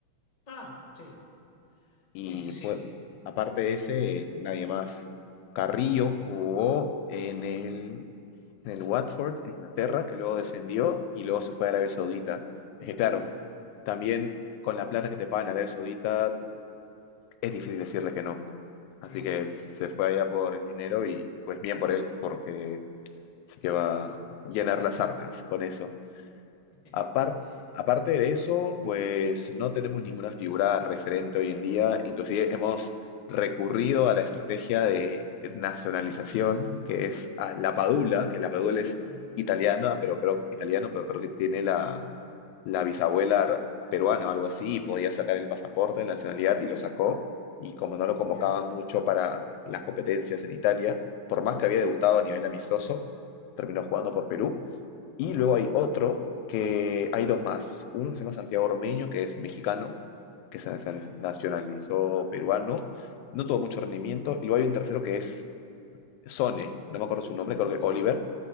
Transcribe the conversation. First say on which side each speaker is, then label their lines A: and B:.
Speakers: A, on the left (about 30°); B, on the left (about 85°).
A: Ah, sí.
B: Y
A: Sí, sí, sí.
B: pues, aparte de ese, eh, nadie más. Carrillo
A: Mm,
B: jugó en el, en el Watford, en Inglaterra, que luego descendió y luego se fue a Arabia Saudita. Es que claro,
A: mm,
B: también con la plata que te pagan en Arabia Saudita es difícil decirle que no. Así
A: Sí.
B: que se fue allá por el dinero y pues bien por él, porque sí que va a llenar las arcas con eso.
A: <laughs>
B: Apar- aparte de eso, pues no tenemos ninguna figura referente hoy en día. Inclusive hemos recurrido a la estrategia de nacionalización, que es a la Padula, que la Padula es
A: Mm,
B: italiana, pero creo, italiano, pero creo que tiene la la bisabuela peruana o algo así, y podía sacar el pasaporte, la nacionalidad, y lo sacó. Y como no lo convocaban
A: Ya,
B: mucho para las competencias en Italia, por más que había debutado a nivel amistoso, terminó jugando por Perú. Y luego hay otro que hay dos más. Uno que se llama Santiago Ormeño, que es mexicano, que se se
A: ya.
B: nacionalizó peruano, no tuvo mucho rendimiento. Y luego hay un tercero que es Sone, no me acuerdo su nombre, creo
A: mm,
B: que
A: Sí.
B: Oliver